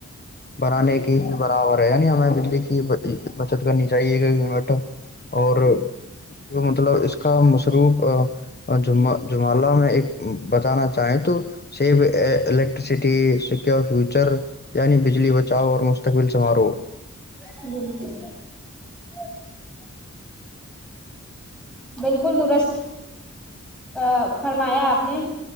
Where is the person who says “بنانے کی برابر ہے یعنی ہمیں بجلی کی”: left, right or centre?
Left